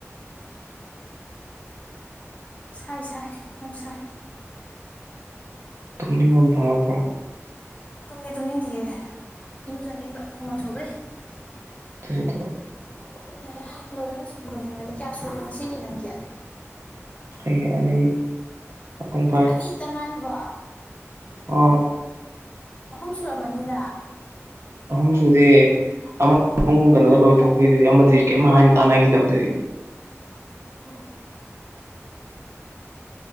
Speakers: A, on the left; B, on the right.
A: ꯁꯥꯏ ꯁꯥꯏ ꯌꯥꯝ ꯁꯥꯏ
B: ꯇꯨꯝꯅꯤꯡꯕ ꯑꯃ ꯐꯥꯎꯕ꯭ꯔꯣ
A: ꯇꯨꯝꯗꯤ ꯇꯨꯝꯅꯤꯡꯗꯤꯌꯦ ꯏꯔꯨꯖꯥꯅꯤꯡꯕ ꯍꯨꯃꯥꯡ ꯁꯧꯕꯩ ꯫
B: <unintelligible>
A: <inaudible> <unintelligible> ꯀꯌꯥ ꯁꯨꯔꯦ ꯉꯁꯤꯒꯤ ꯅꯪꯒꯤ
B: ꯍꯌꯦꯡ ꯑꯅꯤ ꯃꯄꯨꯡ ꯐꯥꯏ
A: ꯑꯅꯤꯇ ꯉꯥꯏꯔꯤꯕꯣ
B: ꯍ
A: ꯑꯍꯨꯝ ꯁꯨꯔꯝ ꯃꯅꯤꯗ
B: ꯑꯍꯨꯝ ꯁꯨꯗꯤ ꯑꯃ ꯄꯨꯡ ꯀꯩꯅꯣꯗ ꯂꯣꯏꯊꯣꯛꯈꯤꯗꯨꯗꯤ ꯑꯃꯗꯗꯤ ꯀꯔꯤꯝ ꯍꯥꯏꯅ ꯇꯥꯟꯅꯈꯤꯗꯕꯗꯨꯗꯤ
A: ꯑꯣ